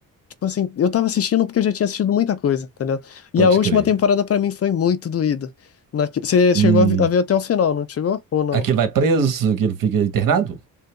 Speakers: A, on the left; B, on the right.
A: tipo assim, eu tava assistindo porque eu já tinha assistido muita coisa, tá ligado? E
B: Pode
A: a última
B: crer.
A: temporada pra mim foi muito doída. Naque- Você
B: Hum.
A: chegou a vi- a ver até o final, não chegou? Ou não?
B: Aquele vai preso, aquele fica internado?